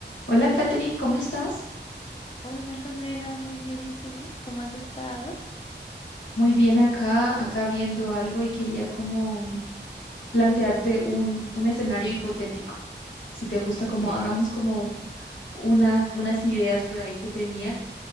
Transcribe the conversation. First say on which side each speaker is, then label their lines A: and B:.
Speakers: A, on the left; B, on the left.
A: Hola, Katherine, ¿cómo estás?
B: Hola Antonella, muy bien. ¿Y tú? ¿Cómo has estado?
A: Muy bien acá, acá viendo algo y quería como plantearte un, un escenario hipotético. Si te gusta,
B: Ok,
A: como hagamos como unas, unas ideas por ahí que tenía.